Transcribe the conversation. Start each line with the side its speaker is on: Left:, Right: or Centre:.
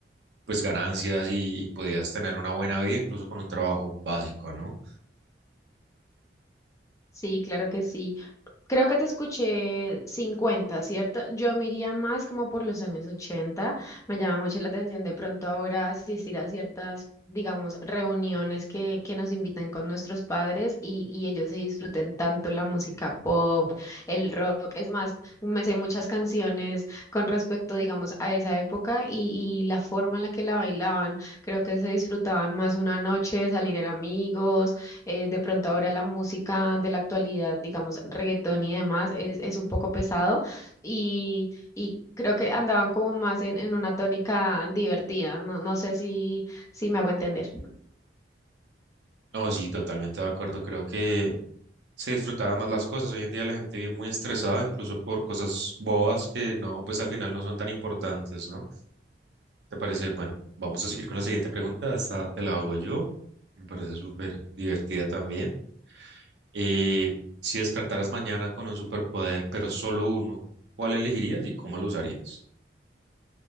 Right: pues ganancias y, y podías tener una buena vida incluso con un trabajo básico, ¿no?
Left: Sí, claro que sí. Creo que te escuché 50, ¿cierto? Yo me iría más como por los años 80. Me llama mucho la atención de pronto ahora asistir a ciertas, digamos, reuniones que, que nos invitan con nuestros padres y, y ellos se disfruten tanto la música pop, el rock. Es más, me sé muchas canciones con respecto, digamos, a esa época y, y la forma en la que la bailaban. Creo que se disfrutaban más una noche, salir en amigos eh, de pronto ahora la música de la actualidad, digamos, reggaetón y demás, es, es un poco pesado y, y creo que andaban como más en, en una tónica divertida. No, no sé si, si me hago entender.
Right: No, sí, totalmente de acuerdo. Creo que se disfrutaban más las cosas. Hoy en día la gente vive muy estresada, incluso por cosas bobas que no, pues al final no son tan importantes, ¿no? ¿Te parece? Bueno, vamos a seguir con la siguiente pregunta. Esta te la hago yo. Me parece súper divertida también. Eh, si despertaras mañana con un superpoder, pero solo uno, ¿cuál elegirías y cómo lo usarías?